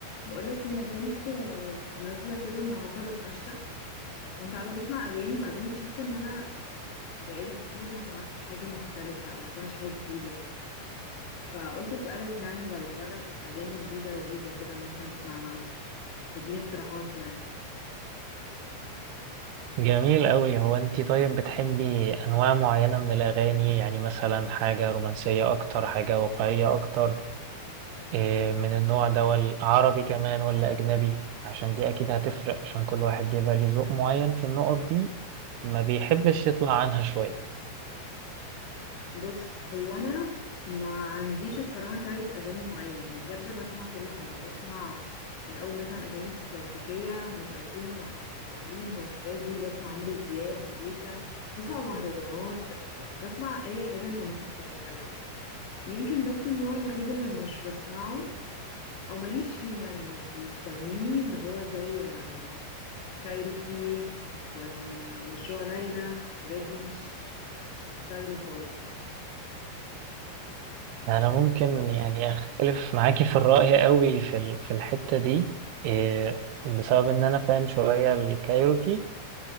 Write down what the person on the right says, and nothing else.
جميل أوي هو أنتي طيب بتحبي أنواع معينة من الأغاني يعني مثلا حاجة رومانسية أكتر حاجة واقعية أكتر إيه من النوع ده ولا عربي كمان ولا أجنبي عشان دي أكيد هتفرق عشان كل واحد بيبقى ليه ذوق معين في النقط دي ما بيحبش
يطلع عنها شوية
أنا ممكن يعني أختلف معاكي في الرأي أوي في ال- في الحتة دي إيه بسبب إن أنا فان شوية الكايروكي